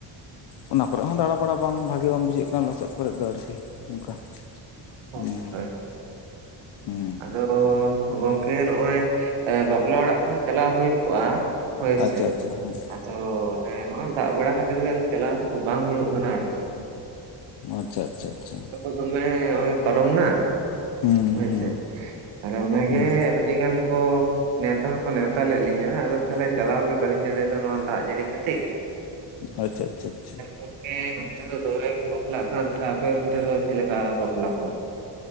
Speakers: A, on the left; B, on the right.
A: ᱚᱱᱟ ᱠᱚᱨᱮ ᱦᱚᱸ ᱫᱟᱬᱟ ᱵᱟᱲᱟ ᱵᱟᱝ ᱵᱷᱟᱜᱤ ᱵᱟᱝ ᱵᱩᱡᱷᱟᱹᱜ ᱠᱟᱱ ᱞᱚᱥᱚᱫ ᱠᱚᱨᱮ ᱫᱚ ᱟᱨᱠᱤ ᱚᱱᱠᱟ ᱾
B: ᱦᱳᱭ
A: ᱦᱩᱸ
B: ᱦᱳᱭ
A: ᱦᱩᱸ᱾
B: ᱟᱫᱚ ᱜᱚᱝᱠᱮ ᱱᱚᱜ ᱚᱭ ᱵᱟᱯᱞᱟ ᱚᱲᱟᱜ ᱠᱚᱦᱚ ᱪᱟᱞᱟᱜ ᱦᱩᱭ ᱠᱚᱜᱼᱟ ᱦᱳᱭ
A: ᱟᱪᱪᱷᱟ
B: ᱥᱮ
A: ᱟᱪᱪᱷᱟ ᱦᱮᱸ
B: ᱟᱫᱚ ᱦᱮᱸ ᱱᱚᱜᱚᱭ ᱫᱟᱜ ᱵᱟᱲᱟ ᱠᱷᱟᱹᱛᱤᱨ ᱜᱮ, ᱪᱟᱞᱟᱣ ᱠᱚᱫᱚ ᱵᱟᱝ ᱦᱩᱭᱩᱜ ᱠᱟᱱᱟ ᱟᱨᱠᱤ᱾
A: ᱟᱪᱪᱷᱟ ᱟᱪᱪᱷᱟ ᱟᱪᱪᱷᱟ
B: <unintelligible> ᱫᱚᱢᱮ ᱚᱭ ᱯᱟᱨᱚᱢ ᱱᱟ
A: ᱦᱩᱸ
B: ᱦᱳᱭ
A: ᱦᱩᱸ
B: ᱥᱮ᱾ ᱛᱟᱦᱚᱞᱮ ᱚᱱᱟᱜᱮ
A: ᱦᱩᱸ
B: ᱟᱹᱰᱤ ᱜᱟᱱ ᱠᱚ ᱱᱮᱣᱛᱟ ᱦᱚᱸᱠᱚ ᱱᱮᱣᱛᱟ ᱞᱮᱫ ᱞᱤᱧᱟᱹ ᱾ ᱟᱫᱚ ᱛᱟᱦᱚᱞᱮ ᱪᱟᱞᱟᱣ ᱜᱮ ᱵᱟᱹᱞᱤᱧ ᱫᱟᱲᱮᱭᱫᱟ ᱱᱚᱣᱟ ᱫᱟᱜ ᱡᱟᱹᱲᱤ ᱠᱷᱟᱹᱛᱤᱨ᱾
A: ᱟᱪᱪᱷᱟ ᱟᱪᱷᱟ ᱟᱪᱪᱷᱟ᱾
B: ᱜᱚᱝᱠᱮ ᱱᱚᱱᱛᱮ ᱫᱚ ᱫᱚᱢᱮ ᱜᱮ ᱠᱚ ᱵᱟᱯᱞᱟᱜ ᱠᱟᱱ, ᱛᱟᱦᱚᱞᱮ ᱟᱯᱮ ᱚᱱᱛᱮ ᱫᱚ ᱪᱮᱫ ᱞᱮᱠᱟ ᱵᱟᱯᱞᱟ ᱠᱚ?